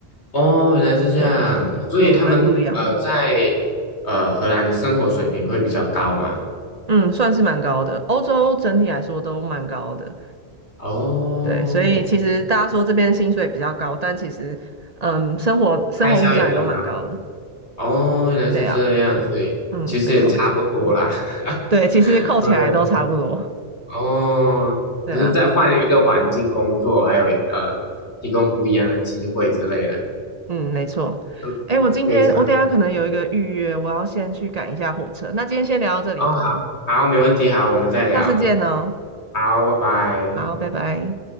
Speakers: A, on the left (about 80°); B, on the right (about 40°).
A: 哦，原来是这样，
B: 对，
A: 所以他们呃在呃荷兰的生活水平会比较高嘛？
B: 嗯，蛮不一样的，嗯，算是蛮高的，欧洲整体来说都蛮高的，
A: 哦，
B: 对，所以其实大家说这边薪水比较高，但其实，嗯，生活生活物价也都蛮高的，
A: 开销也比较高。哦，原来是这样，
B: 对啊，
A: 所以其实也差不多啦，
B: 嗯，没错没错。对，其实扣起来都差不多。
A: <laughs> 对不对？哦，
B: 对啊，
A: 只是在换一个环境工作，还有呃，提供不一样的机会之类的，
B: 嗯，没错。
A: 嗯
B: 哎，我今天我等一下可能有一个预约，
A: 非常，
B: 我要先去赶一下火车。那今天先聊到这里好了，
A: 哦，好，好，没问题，好，我们再聊，
B: 下次见哦。
A: 好，拜拜。
B: 好，拜拜。